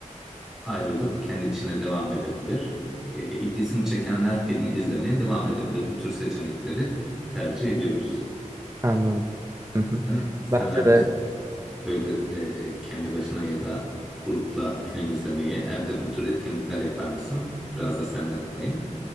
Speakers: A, in the centre; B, on the right (about 25°).
A: ayrılıp kendi işine devam edebilir. E, ilgisini çekenler filmi izlemeye devam edebilir. Bu tür seçenekleri tercih ediyoruz.
B: Anladım. Hı hı.
A: Sen sever
B: Bence
A: misin
B: de
A: böyle e, kendi başına ya da grupla film izlemeyi, evde bu tür etkinlikler yapar mısın? Biraz da senden alayım.